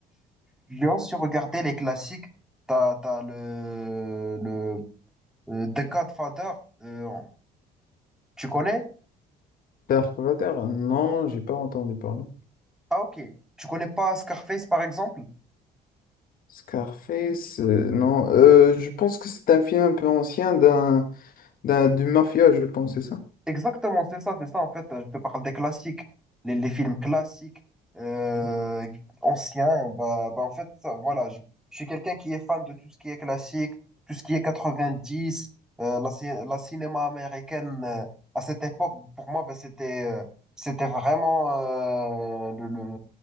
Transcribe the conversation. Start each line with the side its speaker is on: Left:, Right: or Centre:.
Centre: Lyon, si vous regardez les classiques, t'as, t'as le, le euh, The Godfather, euh, tu connais?
Left: Dark Vader? Non, j'ai pas entendu parler.
Centre: Ah ok. Tu connais pas Scarface par exemple?
Left: Scarface? euh, non, euh, je pense que c'est un film un peu ancien d'un, d'un, du mafia, je pense, c'est ça.
Centre: Exactement, c'est ça, c'est ça. En fait, euh, je te parle des classiques, les, les films classiques, euh, anciens. Bah, bah, en fait, ça, voilà, je, je suis quelqu'un qui est fan de tout ce qui est classique, tout ce qui est 90, euh, la, cin- la cinéma américaine. euh, à cette époque, pour moi, bah, c'était, euh, c'était vraiment euh, le, le,